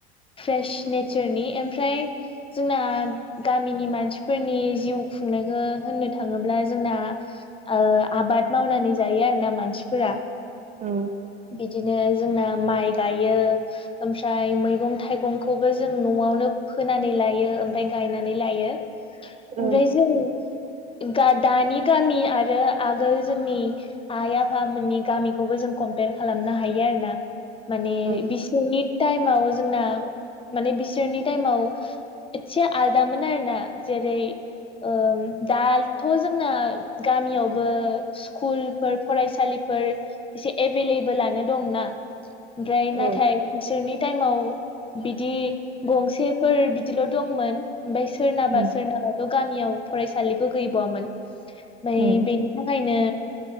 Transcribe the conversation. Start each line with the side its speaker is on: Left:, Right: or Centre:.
Left: फ्रेश नेचारनि एमफ्राय जोंना गामिनि मानसिफोरनि जिउ खुंनायखो होननो थाङोब्ला जोंना ओ आबाद मावनानै जायो आरो ना मानसिफोरा।
Right: औ
Left: बिदिनो जोंना माइ गायो ओमफ्राय मैगं थाइगंखौबो जों न'आवनो फोनानै लायो ओमफाय गायनानै लायो ओमफ्राय
Right: औ
Left: जों दा दानि गामि आरो आगोल जोंनि आइ आफामोननि गामिखौबो जों खम खालामनो हायो आरो ना माने
Right: औ
Left: बिसोरनि टाइमाव जोंना माने बिसोरनि टाइमाव इसे आलादा मोनोन आरोना जेरै- ओ दाथ' जोंना गामियावबो स्कुलफोर फरायसालिफोर एभेलेबोेलानो दंना ओमफ्राय नाथाय
Right: औ
Left: बिसोरनि टाइमाव बिदि गंसेफोर बिदिल' दंमोन ओमफ्राय सोरनाबा
Right: उम
Left: सोरनाबा थ' गामियाव फरायसालिबो गैबावामोन ओमफ्राय
Right: उम
Left: बे थाखायनो